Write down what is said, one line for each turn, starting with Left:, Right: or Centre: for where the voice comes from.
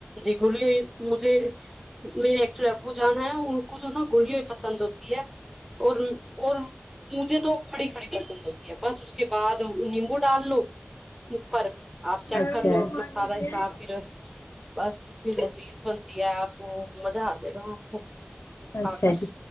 Centre: بھولے مجھے میرے ایکچولی ابو جانا ہے ان کو تو نا گلوں پسند ہوتی ہے اور اور مجھے تو کھڑی کڑی پسند ہوتی ہے بس اس کے بعد نیمبو ڈال لو اپر آپ چیک
Left: اچھا
Centre: کر لو اپنا سارا حساب پھر بس اتنی بسییز بنتی ہے آپ کو مزہ آ جائے گا آپ کو کھا
Left: اچھا
Centre: کر
Left: جی